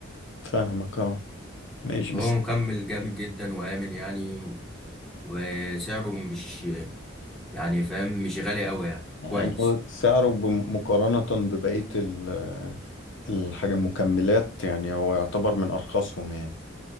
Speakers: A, on the left; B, in the centre.
A: فاهمك اه ماشي بس
B: هو مكمل جامد جدا وآمن يعني و- وسعره مش يعني فاهم مش غالي أوي يعني
A: يعني
B: كويس
A: هو سعره بم- مقارنة ببقية ال- الحاجة المكملات يعني هو يعتبر من ارخصهم يعني